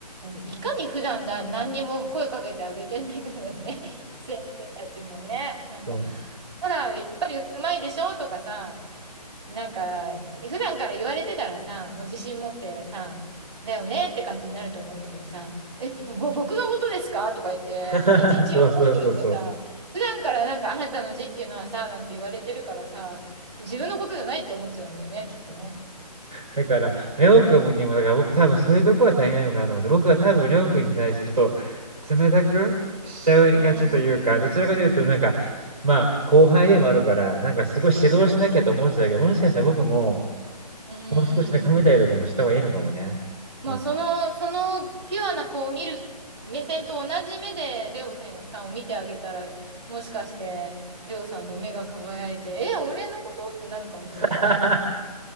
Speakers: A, on the right; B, on the right.
A: いかに普段だ、何にも声かけてあげてないかだよね。<laughs> 先生たちもね。なんか、
B: そう。
A: ほら、やっぱりうまいでしょとかさ、なんか、普段から言われてたらさ、もう自信持ってさ、だよねって感じになると思うんだけどさ、え、ぼ、ぼ僕のことですかとか言って、
B: <laughs>
A: そう一日喜んでるんじゃさ、
B: そうそうそうそう。
A: 普段からなんかあなたの字っていうのはさ、なんて言われてるからさ、自分のことじゃないと思っちゃうんだよね、きっとね。
B: だから、レオ君にも、だから僕多分そういうとこは足りないのかなと思って、僕は多分レオ君に対してちょっと冷たくしちゃいがちというか、
A: うん。うん。
B: どちらかというとなんか、まあ後輩でもあるから、なんかすごい指導しなきゃと思っちゃうけど、
A: うん。
B: もしかしたら僕も、
A: うーん。
B: もう少しね褒めたりとかもした方がいいのかもね。
A: まあ、
B: うん。
A: その、そのピュアな子を見る目線と同じ目で、レオさんさんを見てあげたら、もしかして、レオさんも目が輝いて、え、俺のことってなるかもしれないよね。
B: <laughs>